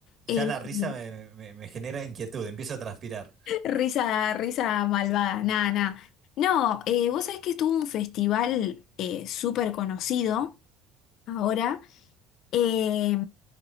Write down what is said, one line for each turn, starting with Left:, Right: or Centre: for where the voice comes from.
Right: Ya
Left: eh,
Right: la risa
Left: <laughs>
Right: me, me- me genera inquietud, empiezo a transpirar.
Left: risa, risa malvada, nada, nada. No, eh, vos sabés que estuvo un festival eh, súper conocido ahora, eh,